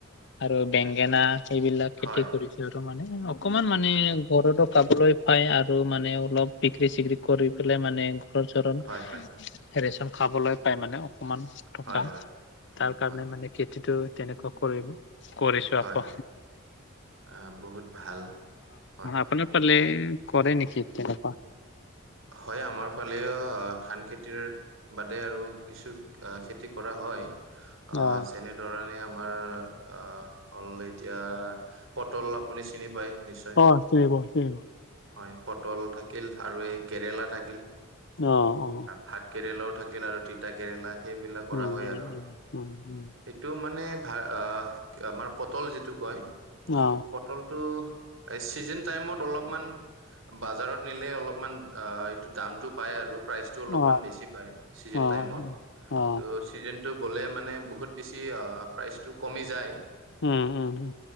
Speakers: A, on the left; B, on the right.
A: আৰু বেঙেনা এইবিলাক খেতি
B: হয়
A: কৰিছো আৰু মানে অক কমান মানে
B: হয়
A: ঘৰতো খাবলৈ পায় আৰু মানে অলপ বিক্ৰী-চিক্ৰী কৰি পেলাই মানে হৰণ চৰন
B: হয় হয় হয়
A: ৰেচন খাবলৈ পাই মানে অকনমান। টকা
B: হয়
A: তাৰ কাৰণে
B: হয়
A: মানে খেতিটো তেনেকুৱা কৰিব। কৰিছো
B: হয়
A: আক, অ
B: হয় আহ বহুত ভাল হয়
A: আপুনি ফালে কৰে নেকি তেনেকুৱা?
B: হয় আমাৰ ফালেও ধান খেতিৰ বাদে আৰু কিছু আ খেতি কৰা হয়। আ
A: অ
B: যেনে ধৰণে আমাৰ অ হ'ল এতি য়া পটল আপুনি চিনি পায়। নিশ্চয়
A: অ চিনি পাওঁ, চিনি পাওঁ।
B: হয় পটল থাকিল আৰু এই কেৰেলা থাকিল।
A: অ অ
B: ভাত কেৰেলাও থাকিল আৰু তিত তা কেৰেলা সেইবিলাক কৰা
A: উম
B: হয়
A: উম
B: আৰু
A: উম উম উম
B: এইট টো মানে ভা আমাৰ পটল যিটো কয়।
A: অ।
B: পটলটো এই চিজন টাইমত অলপমান বাজাৰত নিলে অলপমান আ এইটো দামটো পাই আৰু। প্ৰাইজটো অলপমান
A: অ
B: বেছি পায় ছিজন
A: অ অ
B: টাইমত,
A: অ
B: ত ছিজন টো গ'লে মানে বহুত বেছি আহ প্ৰাইচটো কমি যায়।
A: উম। উম